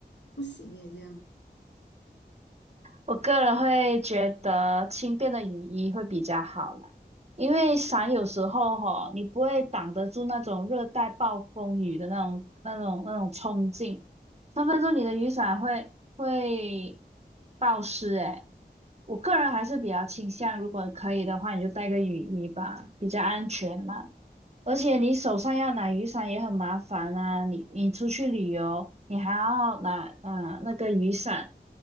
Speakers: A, on the left; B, on the right.
A: 不行耶，这样
B: 我个人会觉得轻便的雨衣会比较好啦，因为伞有时候吼，你不会挡得住那种热带暴风雨的那种、那种、那种冲劲，分分钟你的雨伞会会暴湿诶。我个人还是比较倾向，如果可以的话，你就带个雨衣吧，比较安全啦。而且你手上要拿雨伞也很麻烦啊，你你出去旅游，你还要拿啊、呃那个雨伞，